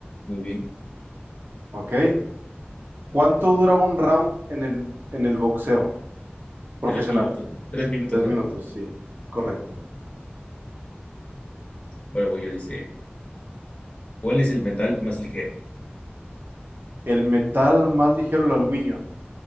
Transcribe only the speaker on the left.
Muy bien,
tres minutos, tres minutos,
¿no?
Bueno, voy yo, dice, ¿cuál es el metal más ligero?